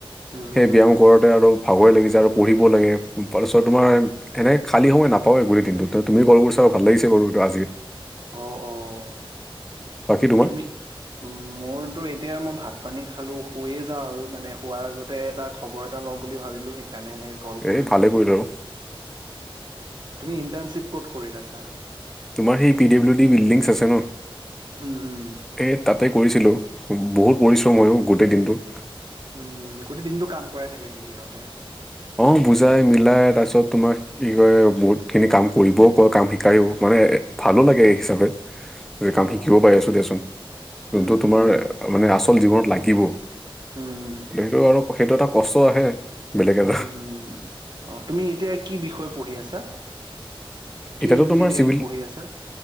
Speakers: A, on the right (about 50°); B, in the centre.
A: উম
B: সেই ব্যয়াম
A: উম
B: কৰোতে আৰু ভাগৰে লাগি যায় আৰু পঢ়িব লাগে তাৰপিছত
A: উম
B: তোমাৰ,
A: উম
B: কালি সময় নাপাওঁ গোটেই দিনতোত তুমি কল কৰিছা বাবে ভাল লাগিছে আজি।
A: অ' অ'
B: বাকী তোমাৰ
A: তুমি মোৰ তো এতিয়া মই ভাত পানী খালোঁ শুয়ে যাওঁ আৰু মানে শুৱাৰ আগতে এটা খবৰ এটা লওঁ বুলি ভাবিলোঁ। কাৰণে এনেকৈ কল কৰিলোঁ।
B: এই ভালে আৰু
A: তুমি ইণ্টাৰ্ণশ্বিপ ক'ত কৰি আছা।
B: তোমাৰ সেই পি ডাব্লিউ ডি বিল্ডিংছ আছে ন।
A: হম, হম।
B: এ তাতে কৰিছিলোঁ বহুত পৰিশ্ৰম হৈ গোটেই দিনটোত।
A: উম, গোটেই দিনটো কাম কৰাই থাকে নেকি সিহঁতে।
B: অ' বুজাই মিলাই তাৰপিছত তোমাক কি ক বহুত খিনি কাম কৰিবও কয়, কাম শিকাই ম মানে ভালো লাগে এই হিচাপে। যে কাম
A: অ
B: শিকিব পাৰি আছো দিয়াচোন।
A: হুম
B: যোনটো
A: হুম
B: তোমাৰ মানে আচল জীৱনত লাগিব।
A: হুম
B: সেইটো আৰু সেইটো এটা কষ্ট আহে। বেলেগ এটা
A: উম, অ' তুমি এতিয়া কি বিষয় পঢ়ি আছা। কি
B: এতিয়াতো
A: ইঞ্জিনিয়াৰিং
B: তোমাৰ চিভিল
A: পঢ়ি আছা।